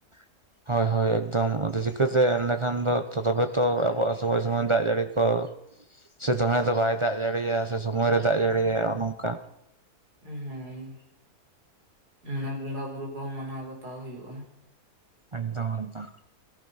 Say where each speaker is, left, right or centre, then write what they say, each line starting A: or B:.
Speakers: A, on the right; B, on the right.
A: <inaudible> ᱦᱳᱭ ᱦᱳᱭ ᱮᱠᱫᱚᱢ ᱟᱹᱰᱤ ᱪᱤᱠᱟᱹᱛᱮ ᱮᱸᱰᱮᱠᱷᱟᱱ ᱫᱚ ᱛᱚᱵᱮ ᱛᱚ ᱟᱵᱚᱣᱟᱜ ᱥᱚᱢᱚᱭ ᱥᱚᱢᱚᱭ ᱫᱟᱜ ᱡᱟᱹᱲᱤ ᱠᱚ᱾ ᱥᱮ ᱫᱚᱢᱮ ᱫᱚ ᱵᱟᱭ ᱫᱟᱜ ᱡᱟᱲᱟᱹᱲᱤᱭᱟ ᱥᱮ ᱥᱚᱢᱚᱭ ᱨᱮ ᱫᱟᱜ ᱡᱟᱲᱤᱭᱟ ᱚᱱᱚᱝᱠᱟ᱾
B: ᱦᱩᱸ ᱚᱱᱟ ᱵᱚᱸᱜᱟ ᱵᱩᱨᱩ ᱠᱚᱦᱚᱸ ᱢᱟᱱᱟᱣ ᱵᱟᱛᱟᱣ ᱦᱩᱭᱩᱜᱼᱟ᱾
A: ᱮᱠᱫᱚᱢ ᱮᱠᱫᱚᱢ᱾